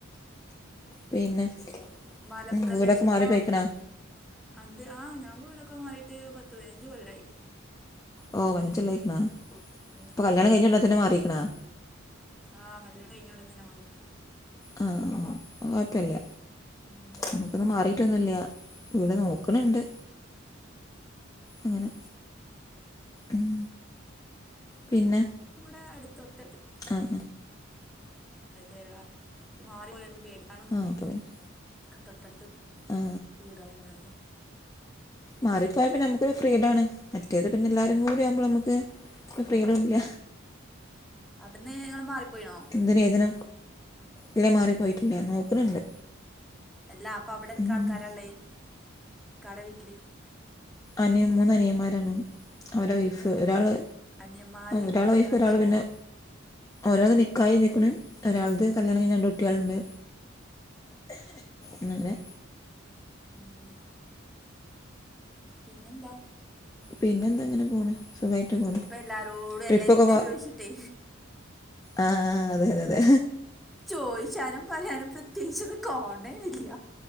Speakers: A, on the left; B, in the centre.
A: പിന്നെ
B: മല
A: ഉം,
B: പ്രദേശത്തോ
A: വീടൊക്കെ മാറി പോയിക്കണോ
B: അന്ത് ആഹ് ഞാൻ വീടൊക്കെ മാറിയിട്ട് പത്ത് പതിനഞ്ച് കൊല്ലായി
A: ഓ പതിനഞ്ചു കൊല്ലയിരിക്കണാ
B: ഉം
A: അപ്പൊ കല്യാണം കഴിഞ്ഞോടാണതെന്ന മാറിയിക്കണാ
B: ആ കല്ല്യാണം കഴിഞ്ഞോടന തന്നെ മാറിയേക്കണ്
A: ആ ആ കുഴപ്പല്ല
B: ഉം
A: നമുക്കന്ന് മാറി ട്ടൊന്നില്ല ഇവിടെ നോക്കണണ്ട് അങ്ങനെ ഉം പിന്നെ
B: ഇവിടെ അടുത്ത് തൊട്ടടുത്ത്
A: ആഹ
B: അത് എല്ലാ മാറിപ്പോയാലും പേടിക്കാനൊന്നും
A: ആ
B: ഇല്ലാ
A: അപ്പോൾ പിന്നെ
B: തൊട്ടടുത്ത്
A: ആ
B: വീടുകളൊണ്ട്
A: മാറിപ്പോയ പിന്നെ നമുക്കൊരു ഫ്രീഡാണ് മറ്റേത് പിന്നെ എല്ലാവരും
B: ആ
A: കൂടെ ആവുമ്പോൾ നമുക്ക് ഫ്രീഡവും
B: ആ ശരിയാ
A: ഇല്ല
B: അവിടുന്ന് നിങ്ങള് മാറിപ്പോയിണോ
A: എന്തിന് എതിന ഇല്ലേ മാറിപ്പോയിട്ടില്ല നോക്കുന്നുണ്ട്
B: അല്ലാ അപ്പൊ അവിടെ എത്ര
A: ഉം.
B: ആൾക്കാരള്ളെ ഇക്കാടെ വീട്ടില്
A: അനിയൻ മൂന്ന് അനിയന്മാരാണ് അവരടെ വൈഫ് ഒരാള്
B: അനിയന്മാര്
A: ഒരാള്
B: കല്യാണം
A: വൈഫ് ഒരാള്
B: കഴിച്ചണോ
A: പിന്നെ ഓരോന്ന് നിക്കായി നിക്ക്ണ് ഒരാളത് കല്യാണം കഴിഞ്ഞു രണ്ട് കുട്ടികളുണ്ട് അങ്ങനെ
B: ഉം പിന്നെന്താ
A: പിന്നെന്ത്‌ങ്ങനെ പോണ് സുഖായിട്ട് പോണ്
B: ഇതിപ്പോ എല്ലാരോടും
A: ട്രിപ്പൊക്കെ
B: ഇത് തന്നെ ചോദിച്ചിട്ടേ
A: ആഹ ആ് അതെ അതെ അതെ
B: ചോദിച്ചാനും പറയാനും പ്രത്യേകിച്ച് കൊണ്ടെന്റ്റ് ഇല്ല